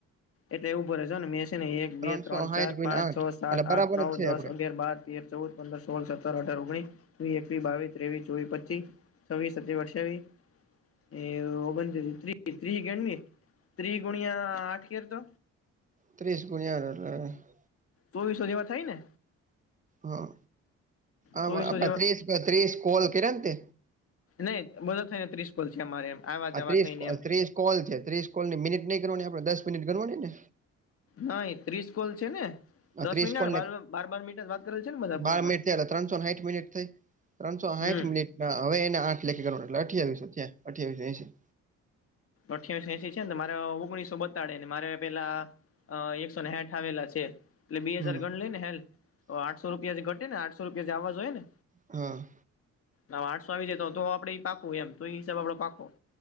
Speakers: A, on the left; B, on the right.
A: એટલે એ ઉભો રહેજે હો ને મે છે ને એક,
B: ત્રણસો
A: બે, ત્રણ,
B: સાઠ
A: ચાર,
B: ગુણ્યા
A: પાંચ,
B: આઠ
A: છ, સાત,
B: એટલે બરાબર
A: આઠ, નવ,
B: જ છે
A: દસ,
B: આપડે
A: અગિયાર, બાર, તેર, ચૌદ, પંદર, સોળ, સત્તર, અઠાર, ઓગણી, વીહ એકવી, બાવી, ત્રેવી, ચોવી, પચ્ચી, છવ્વી, સત્તયાવી, અઠ્ઠાવી, એ ઓગત્રિ ત્રિહ ગણ ની ત્રિહ ગુણિયા આઠ કર તો
B: ત્રીસ ગુણીયા આઠ એટલે
A: ચોવીસો જેવા થાય ને
B: હા આવા
A: ચોવીસો જેવા
B: ત્રીસ ત્રીસ કોલ કિરિયા ને તે
A: નઈ બધો થઈને ત્રીસ કોલ થીયાં મારે એમ આવા જવા
B: આ ત્રીસ
A: થઈને એમ
B: ત્રીસ કોલ છે, ત્રીસ કોલની મિનિટ નઇ કરવાની આપણે દસ મિનિટ ગણવાની ને
A: નઈ ત્રીસ કોલ છે ને
B: આ
A: દસ
B: ત્રીસ
A: મિનટ
B: કોલ ને
A: બાર બાર મિનટ જ વાત કરવાની છે ને બધા ફોનમાં,
B: બાર મિનિટ થયા એટલે ત્રણસો સાઠ મિનિટ થઈ ત્રણસો સાયિટ
A: હમ
B: મિનિટ હવે એને આઠ લેખ કરવાના એટલે અઠ્યાવીસોયા, થિયા અઠ્યાવીસો એસી,
A: અઠ્યાસી એસી છે ને મારે ઓગણીસો બતાળે ને મારે પેલા અ એકસો ને સાઇટ આવેલા છે. એટલે બે
B: હમ
A: હજાર ગણ લે ને હેન્ડ આઠસો રૂપિયાથી ઘટે ને આઠસો રૂપિયા જો આવા જોયેને
B: હા,
A: હા આઠસો આવી જાય તો આપડે ઈ પાકું એમ તો હિસાબ આપડો પાકો,